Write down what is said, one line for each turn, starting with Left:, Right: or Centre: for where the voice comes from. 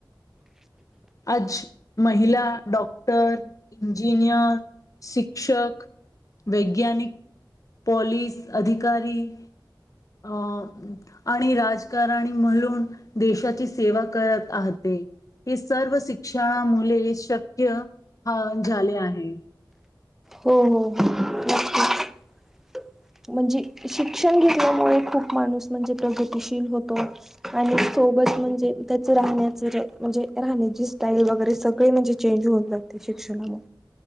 Left: आज महिला डॉक्टर, इंजिनियर, शिक्षक, वैज्ञानिक, पॉलीस अधिकारी अ आणि राजकारणी म्हणून देशाची सेवा करत आहते हे स सर्व शिक्षणा मुले शक्य ह झाले आहे.
Centre: हो हो हो नक्की म्हणजे शिक्षण घेतल्यामुळे खूप माणूस म्हणजे प्रगतीशील होतो आणि सोबत म्हणजे त्याचं राहण्याच म्हणजे राहण्याची स्टाईल वगैरे सगळे म्हणजे चेंज होत जाते शिक्षणामुळे.